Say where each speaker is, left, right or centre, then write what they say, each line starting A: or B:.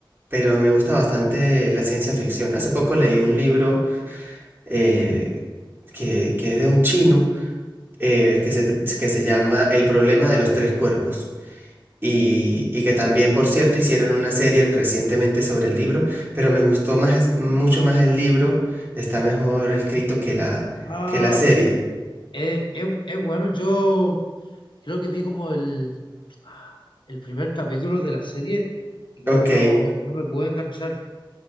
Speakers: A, on the right (about 25°); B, on the left (about 65°).
A: pero me gusta bastante la ciencia ficción. Hace poco leí un libro eh, que, que es de un chino eh, que se, tr- que se llama El problema de los tres cuerpos. Y, y que también, por cierto, hicieron una serie recientemente sobre el libro, pero me gustó más, es- mucho más el libro, está mejor escrito que la,
B: Ah,
A: que la serie.
B: es, es, es- es bueno. Yo creo que vi como el, el primer capítulo de la serie y creo
A: Ok,
B: que no, no me pude enganchar.